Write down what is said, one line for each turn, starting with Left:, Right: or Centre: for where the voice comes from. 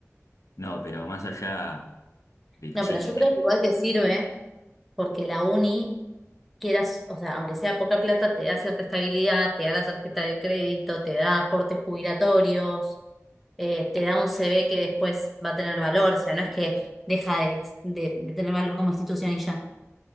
Left: No, pero más allá del
Centre: No,
Left: chiste,
Centre: pero yo creo que igual te sirve porque la uni, quieras, o sea, aunque sea poca plata, te da cierta estabilidad, te da la tarjeta de crédito, te da aportes jubilatorios, eh, te da un CV que después va a tener valor. O sea, no es que deja de, de de tener valor como institución y ya.